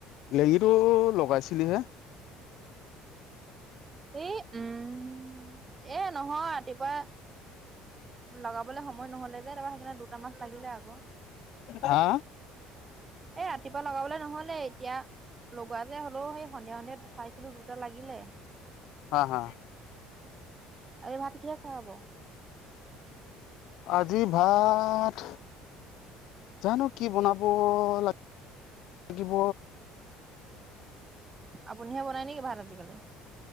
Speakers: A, on the left (about 65°); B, on the right (about 20°).
A: লেগীটো লগাইছিলিহে
B: এই উম উম এ নহয় ৰাতিপুৱা লগাবলে সময় নহলে যে তাৰপৰা সেইকাৰণে দুটা মছ লাগিলে আকৌ
A: হা
B: এ ৰাতিপুৱা লগাবলে নহলে এতিয়া লগোৱা যে হ'লেও সেই সন্ধিয়া সন্ধিয়া চাইছিলো দুটা লাগিলে।
A: হা হা।
B: আজি ভাত কিহে খোৱা হ'ব? <inaudible>
A: আজি ভাত জানো কি বনাব লাগিব
B: আপুনিহে বনায় নেকি ভাত আজিকালি?